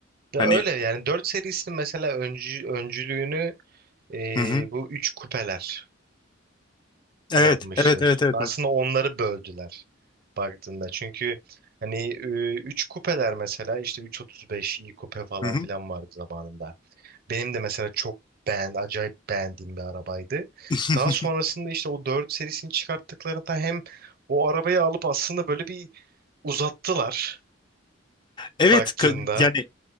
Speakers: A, on the right; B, on the left.
A: Ya
B: Hani
A: öyle yani 4 serisinin mesela öncü, öncülüğünü e,
B: hı hı.
A: bu 3 kupeler
B: Evet,
A: yapmıştır.
B: evet, evet, evet.
A: Aslında
B: Evet,
A: onları böldüler baktığında. Çünkü hani e, 3 kupeler mesela işte 3.35 iyi kupe falan
B: Hı hı.
A: filan vardı zamanında. Benim de mesela çok beğen, acayip beğendiğim bir arabaydı.
B: <laughs>
A: Daha sonrasında işte o 4 serisini çıkarttıklarında hem o arabayı alıp aslında böyle bir uzattılar
B: Evet,
A: baktığında.
B: ka- yani